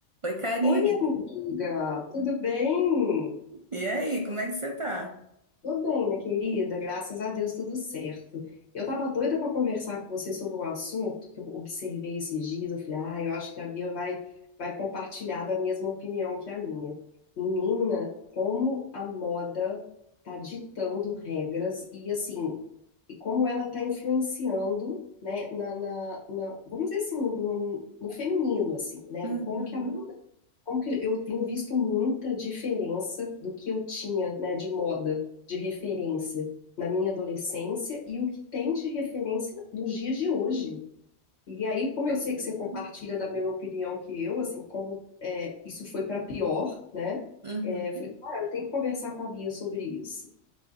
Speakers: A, on the right; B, on the left.
A: Oi, Karina.
B: Oi, minha amiga, tudo bem?
A: E aí, como é que você tá?
B: Tô bem, minha querida, graças a Deus tudo certo. Eu tava doida pra conversar com você sobre um assunto que eu observei esses dias. Eu falei, ah, eu acho que a Bia vai, vai compartilhar da mesma opinião que a minha. Menina, como a moda tá ditando regras e assim, e como ela tá influenciando, né, na, na, na- vamos dizer assim, no, no, no feminino, assim, né?
A: Uhum,
B: Como que a como que eu tenho visto muita diferença do que eu tinha, né, de moda, de referência na minha adolescência e o que tem de referência nos dias de hoje. E aí, como
A: certeza.
B: eu sei que você compartilha da mesma opinião que eu, assim, como é, isso foi para pior, né?
A: Uhum.
B: É, eu falei, ah, eu tenho que conversar com a Bia sobre isso.